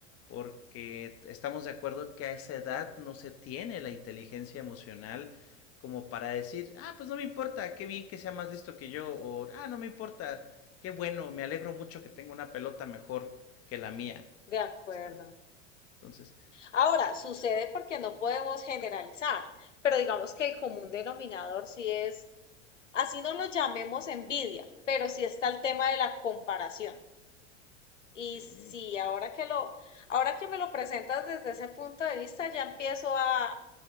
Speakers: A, on the left; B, on the left.
A: porque estamos de acuerdo que a esa edad no se tiene la inteligencia emocional como para decir, ah, pues no me importa, qué bien que sea más listo que yo, o ah, no me importa, qué bueno, me alegro mucho que tenga una pelota mejor que la mía.
B: de acuerdo.
A: Está- Entonces,
B: Ahora, sucede porque no podemos generalizar, pero digamos que el común denominador sí es, así no lo llamemos envidia, pero sí está el tema de la comparación. Y
A: sí,
B: sí, ahora que lo, ahora que me lo presentas desde ese punto de vista, ya empiezo a,